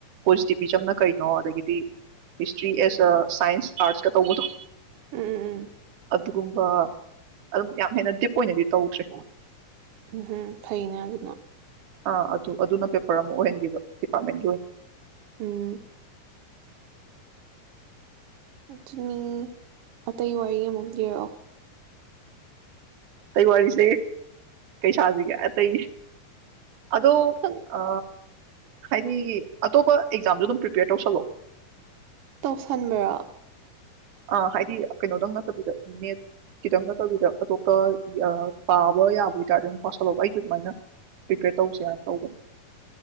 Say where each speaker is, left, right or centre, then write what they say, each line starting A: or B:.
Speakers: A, on the right (about 65°); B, on the right (about 85°).
A: ꯀꯣꯁꯇꯤꯕꯤꯖꯝꯅ ꯀꯩꯅꯣ ꯑꯗꯒꯤꯗꯤ ꯍꯤꯁꯇ꯭ꯔꯤ ꯑꯦꯁ ꯁꯥꯏꯟꯁ ꯑꯥꯔꯠꯁꯀ ꯇꯧꯕꯗꯣ
B: ꯎꯝ ꯎꯝ ꯎꯝ
A: ꯑꯗꯨ ꯒꯨꯝꯕ ꯑꯗꯨꯝ ꯌꯥꯝ ꯍꯦꯟꯅ ꯗꯤꯞ ꯑꯣꯏꯅꯗꯤ ꯇꯧꯗ꯭ꯔꯦ
B: ꯎꯝ ꯍꯝ ꯐꯩꯅꯦ ꯑꯗꯨꯅ
A: ꯑꯥ ꯑꯗꯨ ꯑꯗꯨꯅ ꯄꯦꯄꯔ ꯑꯃ ꯑꯣꯏꯍꯟꯈꯤꯕ ꯗꯤꯄꯥꯔꯠꯃꯦꯟꯒꯤ ꯑꯣꯏꯅ
B: ꯎꯝ ꯑꯗꯨꯅꯤ ꯑꯇꯩ ꯋꯥꯔꯤ ꯑꯃꯨꯛ ꯂꯦꯔꯛ ꯑꯣ
A: ꯇꯩꯋꯥꯔꯤꯁꯦ ꯀꯩꯁꯥꯖꯤ ꯑꯇꯩ ꯑꯗꯣ
B: ꯈꯤꯇꯪ
A: ꯑ ꯍꯥꯏꯗꯤ ꯑꯇꯣꯞꯄ ꯑꯦꯛꯖꯥꯝꯁꯨ ꯑꯗꯨꯝ ꯄ꯭ꯔꯤꯄꯦꯌꯔ ꯇꯧꯁꯜꯂꯣ
B: ꯇꯧꯁꯟꯕꯔꯣ
A: ꯑꯥ ꯍꯥꯏꯗꯤ ꯀꯩꯅꯣꯗꯪ ꯅꯠꯇꯕꯤꯗ ꯃꯦꯠ ꯈꯤꯇꯪ ꯅꯠꯇꯕꯤꯗ ꯑꯇꯣꯞꯄ ꯄꯥꯕ ꯌꯥꯕ ꯑꯣꯏꯇꯥꯔꯦ ꯑꯗꯨꯝ ꯄꯁꯜꯂꯣꯧꯕ ꯑꯩꯁꯨ ꯑꯗꯨꯃꯥꯏꯅ ꯄ꯭ꯔꯤꯄꯦꯌꯔ ꯇꯧꯁꯦꯅ ꯇꯧꯕꯅꯦ